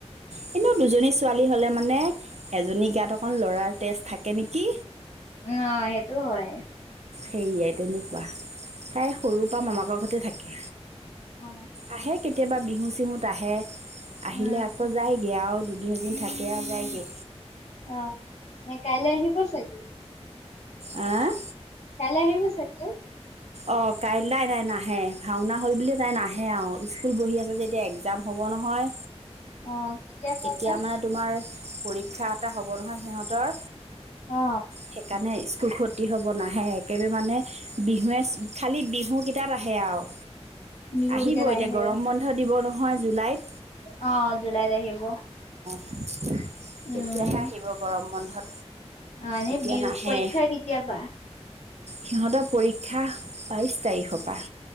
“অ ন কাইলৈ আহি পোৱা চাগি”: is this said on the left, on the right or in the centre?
Left